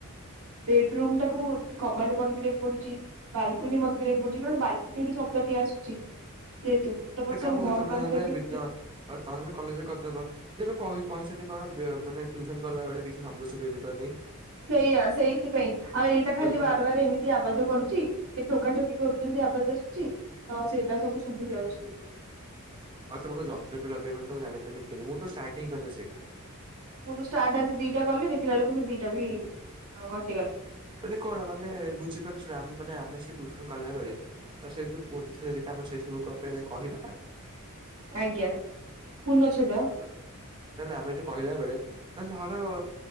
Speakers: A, on the right (about 70°); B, on the right (about 20°).
A: ବେଡ ରୁମ ଟାକୁ କବାଟ ବନ୍ଦ କରିବା ବାଲକୁନି ମନ୍ଦିରକୁ ପଡୁଛି କାରଣ ବାଲକୁନି ରୁ ଶବ୍ଦ ଟିଏ ଆସୁଛି। ଯେହେତୁ ତ
B: ଗୋଟେ
A: ମତେ
B: କାମ
A: ସବୁ
B: କର
A: ବନ୍ଦ
B: ତମେ
A: ବାନ୍ଦ
B: ନହେଲେ
A: କରିକି
B: ବି
A: ଗୋଟେ
B: ଆଉ ତମେହେଲେ କଲେଜରେ କରିଦବ। ସେ ଏବେ କହି କହିଛନ୍ତି କଣ ମାନେ ଟ୍ୟୁସନ କଲା ବେଳେ କିଛି ଶବ୍ଦ ଶୁବା ଯିବାନି।
A: ସେଇଆ ସେଇଥିପାଇଁ ଆଉ ଏଇଟା ଖାଲି
B: ତମେ
A: ବାରବାର ଏମିତି ଯ ଆବାଜ କରୁଛି ସେ ଟୋକା ଟୋକି କରୁଛନ୍ତି। ଆବାଜ ଆସୁଛି ତ ସେଇଟା ସବୁ ଶୁଭି ଯାଉଛି ସେଠାରେ
B: ହଉ ତମ ଯନ୍ତ୍ର ବି ଲଗେଇବନି ଜଣି ପାରି କି ମୁଁ ତ ଷ୍ଟାର୍ଟ ହିଁ କରିବି ସେଇଟା
A: ମୁଁ ତ ଷ୍ଟାର୍ଟ ଆଜି ଦିଟା କଲି ଦେଖିଲା ବେଳକୁ ସେ ଦିଟା ବି କଟ
B: ମାନେ କଣ ମାନେ ବୁଝିପାରୁନୁ ଶୁଣେ ମାନେ ଆମେ ସେ ଟ୍ୟୁସନ କଲା ବେଳେ ଆ ସେଇ ଯୋଉ ପୁର୍ଣିି ଆମ ସେଇ ସବୁ ପାଇଁ କହିବା।
A: ଆଜ୍ଞା ପୂର୍ଣଛେଦ।
B: ନା ନା ଆମେ ଯୋଉ କହିଲା ବେଳେ ମାନେ ଧର